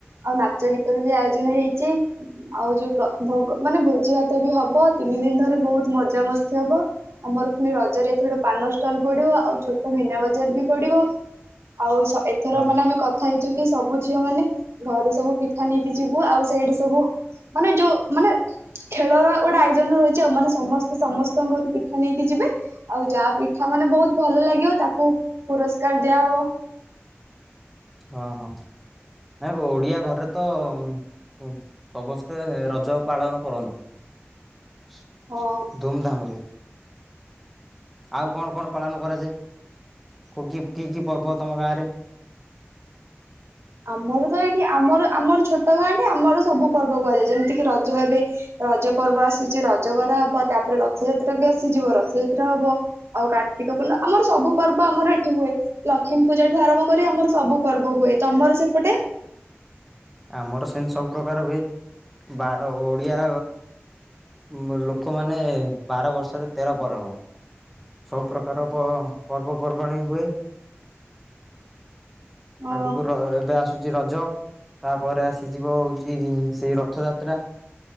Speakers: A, on the right; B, in the centre.
A: ଆଉ ନାଚ ଗୀତରେ ବି ଆୟୋଜନ ହେଇଛି। ଆଉ ଯୋଉ ପ୍ର ଭୋଗ ମାନେ ଭୋଜି ଭାତ ବି ହବ ତିନି ଦିନ ଧରି ବହୁତ ମଜାମସ୍ତି ହବ ଆମର ପୁଣି ରଜରେ ଏଥିର ପାନ ଷ୍ଟଲ ପଡିବ ଆଉ ଛୋଟ ମିନା ବଜାର ବି ପଡିବ ଆଉ ସ ଏଥର
B: ହଁ
A: ମାନେ ଆମେ କଥା ହେଇଛୁ କି ସବୁ ଝିଅ ମାନେ ଘରୁ ସବୁ ପିଠା ନେଇକି ଯିବୁ ଆଉ ସେଇଠ ସବୁ ମାନେ ଯୋଉ ମାନେ ଖେଳର ଗୋଟେ ଆୟୋଜନ ରହିଛି ଆଉ ମାନେ ସମସ୍ତେ ସମସ୍ତଙ୍କ ଘରୁ ପିଠା ନେଇକି ଯିବେ ଆଉ ଯାହା ପିଠା ମାନେ ବହୁତ ଭଲ ଲାଗିବ ତାକୁ ପୁରସ୍କାର ଦିଆ ହବ
B: ହଁ ହଁ ଆଉ ଓଡ଼ିଆ ଘରେ ତ ଉଁ ଉଁ ସମସ୍ତେ ରଜ ପାଳନ କରନ୍ତି।
A: ହଁ।
B: ଦୁମଧାମରେ ଆଉ କଣ କଣ ପାଳନ କରାଯାଏ କୋ କି କି କି ପର୍ବ ତମ ଗାଁରେ
A: ଆମର ତ ଏଇଠି ଆମର ଆମର ଛୋଟ ଗାଁଟେ ଆମର ସବୁ ପର୍ବ କୁହାଯାଏ ଯେମିତି ଟିକେ ରଜ ଏବେ ରଜ ପର୍ବ ଆସୁଛି ରଜ କରା ହବ ତାପରେ ରଥଯାତ୍ରା ବି ଆସିଯିବ ରଥଯାତ୍ରା ହବ ଆଉ କାର୍ତ୍ତିକ ପୂର୍ଣ୍ଣ ଆମର ସବୁ ପର୍ବ ଆମର ଏଠି ହୁଏ ଲକ୍ଷ୍ମୀ ପୂଜା ଠୁ ଆରମ୍ଭ କରି ଆମର ସବୁ ପର୍ବ ହୁଏ। ତମର ସେପଟେ
B: ଆମର ସେମିତି ସବୁ ପ୍ରକାର ହୁଏ ବାର ଓଡ଼ିଆ ମ ଲୋକମାନେ ବାର ବର୍ଷରେ ତେର ପର୍ବ ସବୁପ୍ରକାର ପର୍ବପର୍ବାଣି ହୁଏ।
A: ଅ
B: ଆଗକୁ ର ଏବେ ଆସୁଛି ରଜ ତାପରେ ଆସିଯିବ ହଉଛି ସେଇ ରଥଯାତ୍ରା